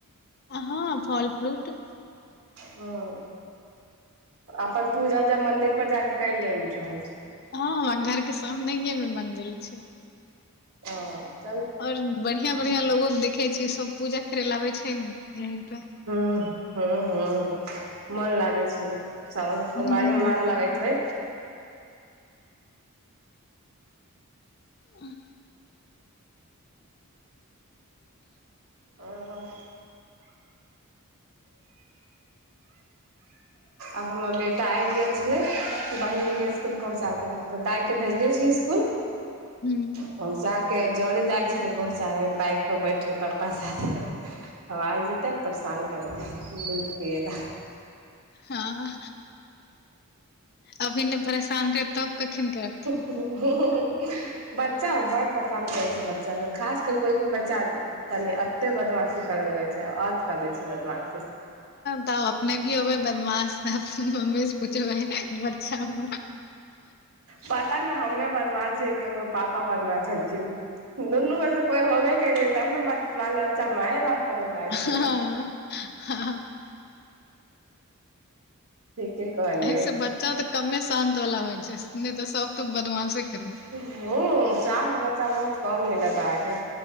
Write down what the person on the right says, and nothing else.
हां। अपन पूजा-उजा मंदिर पर जाकर कर लेन रहल छल
औ।
हुं हां-हां मन लागै छलै। सावन सोमवारी
मे मन लगय छै।
आहां आब हमर बेटा आबि गेल छलै बहिनके स्कुल पहुँचा कऽ मलब दाइके भेजले छी स्कुल।
पहुँचा के जोरी जाइ छलै पहुँचाबे बाइक। बैठके पप्पा साथे आवइ जेतै परेशान करतै दूध पिए लै।
बच्चा बड़ पसन्द करै छै बच्चाके खासकर कोइ कोइ बच्चा। तनि एते बदमाशी करय लगैत छै अत कऽ दै छीयै बदमाशी।
पता ने हमे बनबा छियै कि हमर पापा बनबा छलखिन। दुनू मे से कोइ होबे करै तब ने बाल बच्चा मैए बाप। पर ने जाइ
छलै
ठीके कहलियै
ह शान्त बच्चा बहुत कम मिलत अहाँके